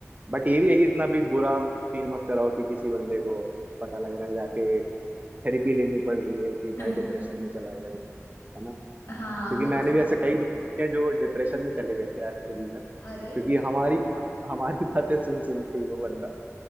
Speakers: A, on the right; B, on the left.
A: बट ये भी है कि इतना भी बुरा फील मत कराओ कि किसी बंदे को पता लग रहा है जाके थेरेपी लेनी पड़ रही है कि
B: <laughs>
A: भाई डिप्रेशन में चला गया बिल्कुल, है ना
B: हाँ
A: क्योंकि
B: वो तो-
A: मैंने भी ऐसे कई दोस्त देखे हैं जो डिप्रेशन में चले गए थे एक्चुअली में क्योंकि
B: अरे
A: हमारी हमारी बातें सुन सुन के ही वो बंदा